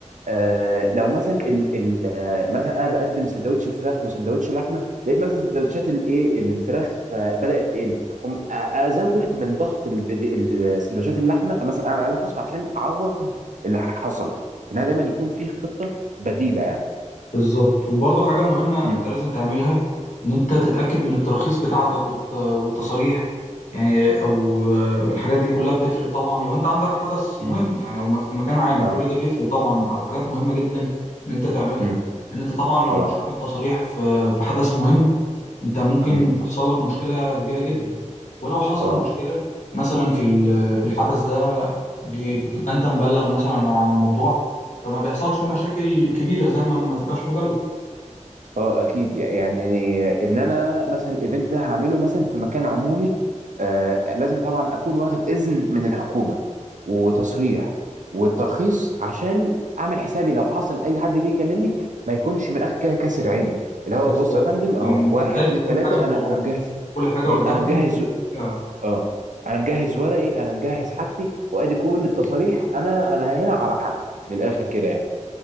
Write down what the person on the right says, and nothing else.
آه، لو مثلا ال ال آه، مثلا انا بقدم سندوتش فراخ وسندوتش لحمه لقيت مثلا سندوتشات الايه الفراخ آه، بدات تقل أم ازود من ضغط الفيديو السندوتشات اللحمه مثلا اعمل عليها خصم عشان اعوض اللي حصل انها دايما يكون في خطه بديله يعني
مم.
مم.
اه
امم
اه
امم
اه
اه اكيد يعني ان انا مثلا الايفنت ده هعمله مثلا في مكان عمومي آه لازم طبعا اكون واخد اذن من الحكومه وتصريح والترخيص عشان اعمل حسابي لو حصل اي حد جه يكلمني ما يكونش من الاخر كده كاسر عيني اللي هو
بص يا فندم اهو
واحد
اتنين
تلاته
انا
انا مجهز
م-
انا مجهز
اه انا مجهز ورقي انا مجهز حاجتي وادي كل التصاريح انا انا هنا على حق من الاخر كده يعني